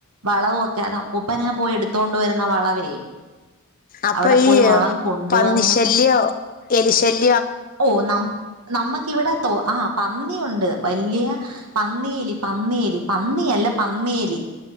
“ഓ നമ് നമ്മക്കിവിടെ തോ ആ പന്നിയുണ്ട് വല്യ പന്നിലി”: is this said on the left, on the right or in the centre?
Right